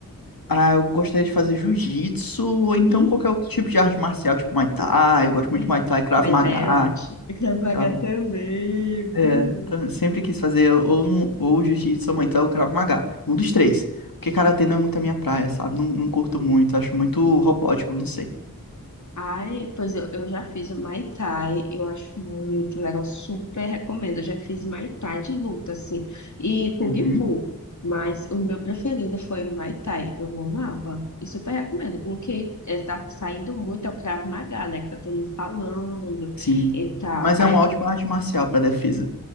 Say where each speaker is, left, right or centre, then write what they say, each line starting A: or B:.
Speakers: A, on the left (about 75°); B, on the left (about 55°).
A: Ah, eu gostaria de fazer jiu-jitsu, ou então
B: Ih,
A: qualquer outro tipo de arte marcial, tipo Muay Thai. Eu gosto muito
B: ai,
A: de Muay Thai, Krav
B: vai
A: Maga.
B: estar é ótimo. Eu quero pagar
A: Krav...
B: também,
A: É,
B: tudo.
A: então, eu sempre quis fazer ou, um- ou jiu-jitsu, ou Muay Thai, ou Krav Maga. Um dos três. Porque karatê não é muito a minha praia, sabe? Não, não curto muito, acho muito robótico, não sei.
B: Ai, pois eu, eu já fiz o Muay Thai, eu acho muito legal, super recomendo. Eu já fiz Muay Thai de luta, assim, e Kung
A: Uhum.
B: Fu, mas o meu preferido foi o Muay Thai, eu amava, e super recomendo. O que está saindo muito é o Krav Maga, né, que tá todo mundo falando
A: Sim.
B: e tal.
A: Mas
B: Aí
A: é uma
B: eu,
A: ótima arte marcial para defesa.